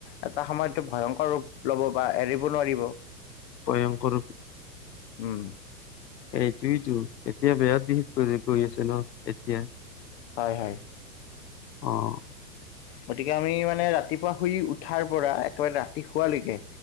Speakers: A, on the left (about 40°); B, on the left (about 80°).
A: এটা সময়ত ভয়ং লব বা এৰিব নোৱাৰিব।
B: ভয়ংকৰ
A: উম
B: এইটোৱেতো এতিয়া বেয়াত দিশ কৰি গৈ আছে ন এতিয়া-
A: হয় হয়।
B: আহ।
A: গতিকে আমি মানে ৰাতিপুৱা শুই উঠাৰ পৰা একেৰা শুৱালৈকে